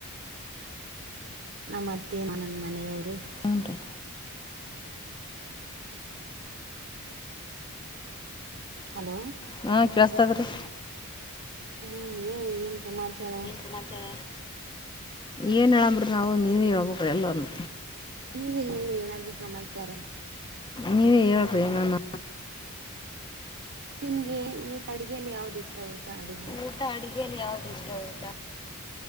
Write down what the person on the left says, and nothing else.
ಹ್ಞೂ ರೀ
ಹ್ಮ ಕೇಳಸ್ತದ್ರೀ
ಸಮಾಚಾರ ಏನ್ ಹೇಳಂಬ್ರಿ ನಾವು ನೀವ ಹೇಳೇಳ್ಬೇಕ್ರಿ ಎಲ್ಲನು
ನೀವೇ ಹೇಳ್ರಿ ನಾನು
ಊಟ ಅಡುಿಗೆಯಲ್ಲಿ ಯಾವ್ದು ಇರ್ತ ಉಊಟಾ